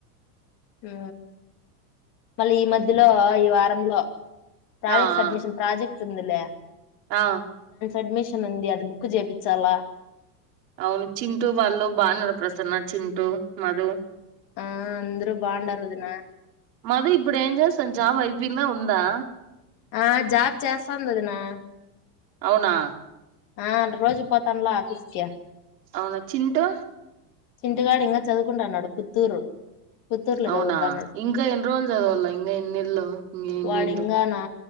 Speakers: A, on the left; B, on the right.
A: ఆ మళ్ళీ ఈ
B: ఆ
A: మధ్యలో ఈ వారంలో ప్రాజెక్ట్
B: ఆ ఆ
A: సడ్మిషన్ ప్రాజెక్ట్ సందిల
B: ఆ
A: అడ్మిషన్ ఉంది అది బుక్ చేపిచ్చాల
B: అవును చింటూ వాళ్ళు బాన్నార ప్రసన్న చింటూ మధు
A: ఆ అందరూ బాగుండారు వదినా
B: మధు ఇప్పుడు ఏంజేస్ జాబ్ అయిపియిందా ఉందా?
A: ఆ జాబ్ చేస్తాంది ఒదినా
B: అవునా
A: ఆ రోజు పోతానులా ఆఫీస్క్యా
B: అవునా చింటూ
A: చింటుగాడు ఇంకా చదువుకుంటఅన్నాడు పుత్తూరు పుత్తూరులో
B: అవునా
A: చదువుతాన్నాడు
B: ఇంకా ఎన్ని రోజులు చదవాల ఇంకా ఎన్నిళ్లు ఇంకా ఎన్నింట్
A: వాడు ఇంగానా